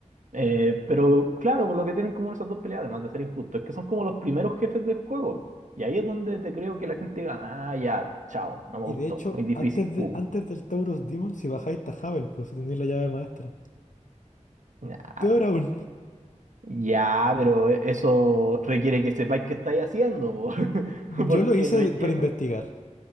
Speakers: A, on the right; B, on the left.
A: Eh, pero claro, por lo que tienen como esas dos peleas, además de ser injustos, es que son como los primeros jefes del juego. Y ahí es donde te creo que la gente gana, ah, ya, chao, no me
B: Y
A: gustó,
B: de hecho,
A: muy difícil,
B: antes, de,
A: puh.
B: antes del Taurus Demon, si bajáis está Havel, pues si tenéis la llave maestra.
A: Nah.
B: Peor aún,
A: Ya, pero e, eso requiere que sepáis qué estáis haciendo, po. <laughs>
B: yo
A: Porque
B: lo hice
A: no es
B: para
A: llegar.
B: investigar.